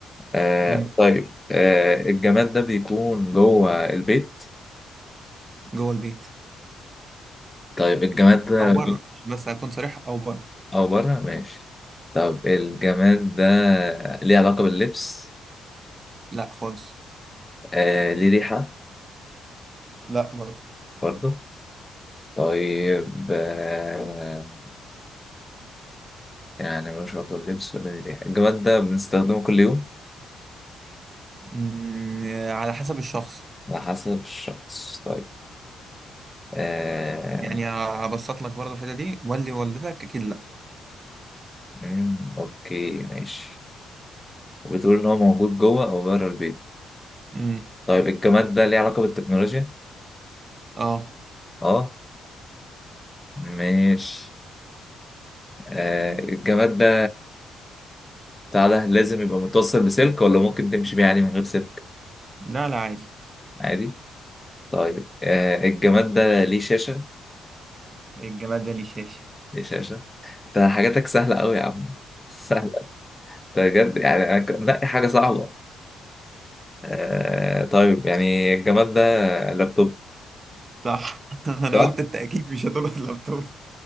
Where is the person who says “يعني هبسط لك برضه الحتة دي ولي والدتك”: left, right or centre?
Right